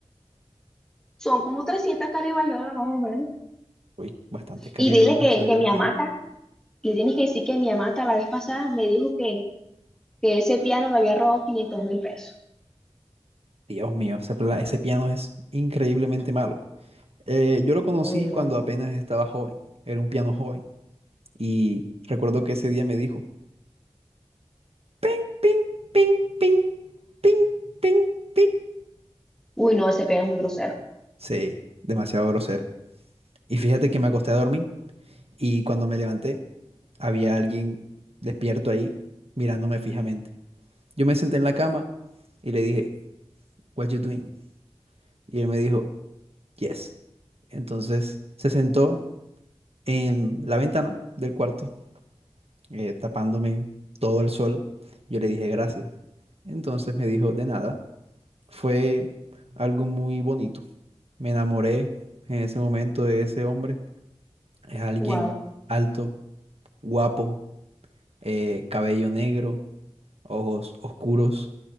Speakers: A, in the centre; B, on the right.
A: Son como trescientas Caribañolas más o menos.
B: Uy, bastantes caribañolas
A: Y dile que,
B: te debe
A: que mi
B: el piano.
A: hamaca, le tienes que decir que mi hamaca la vez pasada me dijo que, que ese piano le había robado quinientos mil pesos.
B: Dios mío, ese, pla- ese piano es increíblemente malo. Eh, yo lo conocí
A: Uy, no.
B: cuando apenas estaba joven, era un piano joven. Y recuerdo que ese día me dijo, ping, ping, ping, ping, ping, ping, ping.
A: Uy, no, ese piano es muy grosero.
B: Sí, demasiado grosero. Y fíjate que me acosté a dormir y cuando me levanté, había alguien despierto ahí mirándome fijamente. Yo me senté en la cama y le dije, What you doing? Y él me dijo, Yes. Entonces se sentó en la ventana del cuarto, eh, tapándome todo el sol. Yo le dije gracias. Entonces me dijo de nada. Fue algo muy bonito. Me enamoré en ese momento de ese hombre. Es alguien
A: Wow.
B: alto, guapo, eh, cabello negro, ojos oscuros